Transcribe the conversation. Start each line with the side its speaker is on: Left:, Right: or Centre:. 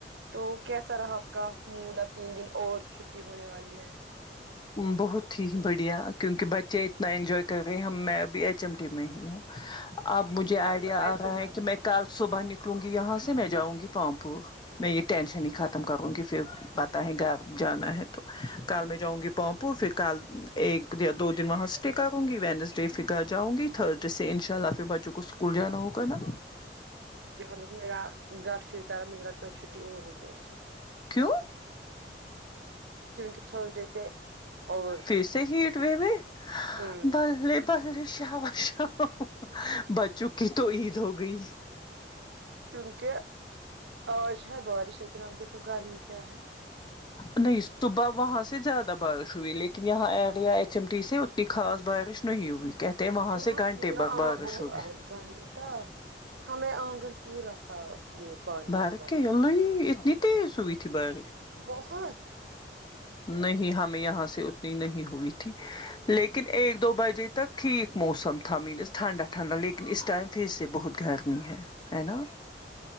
Right: تو کیسا رہا آپ کا موڈ اب تین دن اور چھٹی ہونے والی ہے
Left: بہت ہی بڑھیا کیونکہ بچے اتنا انجوائے کر رہے ہم میں ابھی ایچ ایم ٹی میں ہی ہوں اب مجھے آئیڈیا
Right: میرے
Left: آ
Right: تو
Left: رہا ہے کہ میں کل صبح نکلوں گی یہاں سے میں جاؤں گی پامپو میں یہ ٹینشن ہی ختم کروں گی پھر بتا ہے گا جانا ہے تو کار میں جاؤں گی پونپو پھر کل ایک یا دو دن وہاں اسٹے کروں گی وینسڈے پھر گھر جاؤں گی تھرزڈے سے ان شاء اللہ پھر بچوں کو اسکول جانا ہوگا نا
Right: جہاں تک میرا ڈرٹ فیل کر رہا ہے مجھے لگتا ہے چھٹی اور ہوگی اثر
Left: کیوں
Right: کیونکہ تھرسڈے سے اور
Left: پھر سے ہیٹ وے <unintelligible> و
Right: ہوں
Left: بے ششا <unintelligible> بچوں کی تو عید ہو گئی
Right: کیونکہ آج ہے بارش لیکن اپ دیکھو گرمی کیا ہے
Left: نہیں صبح وہاں سے زیادہ بارش ہوئی لیکن یہاں آ گیا ایچ ایم ٹی سے ا خاص بارش نہیں ہوئی کہتے ہیں وہاں
Right: یہاں
Left: سے گھنٹے
Right: پورا
Left: بغ
Right: آب
Left: بارش
Right: ہوگا
Left: ہو گئی
Right: گھنٹہ ہمیں آگل پورا تھا یہ پانی
Left: بارک
Right: سے بھر
Left: کیا
Right: کے
Left: لو اتنی تیز ہوئی تھی بارش
Right: بہت
Left: نہیں ہمیں یہاں سے اتنی نہیں ہوئی تھی لیکن ایک دو بجے تک ٹھیک موسم تھا مینز ٹھنڈا ٹنڈا لیکن اس ٹائم پھر سے بہت گرمی ہے ہے نا